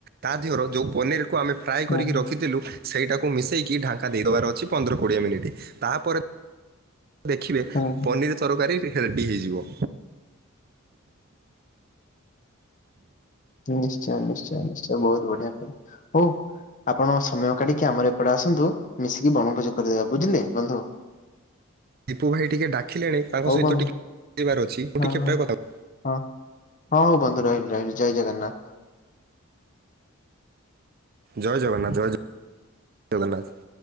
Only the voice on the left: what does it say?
ହୁଁ
ହୁଁ।
ନିଶ୍ଚୟ ନିଶ୍ଚୟ ନିଶ୍ଚୟ ବହୁତ ବଢିଆ କଲ୍ ହଉ ଆପଣ ସମୟ କାଢିକି ଆମର ଏପଟେ ଆସନ୍ତୁ ମିଶିକି ବଣଭୋଜି କରିଦେବା ବୁଝିଲେ ବନ୍ଧୁ?
ହଉ
ବନ୍ଧୁ
ହଁ
ହଁ
ହଁ। ହଉ ବନ୍ଧୁ ରହିଲି ରହିଲି ଜଏ ଜଗନ୍ନାଥ।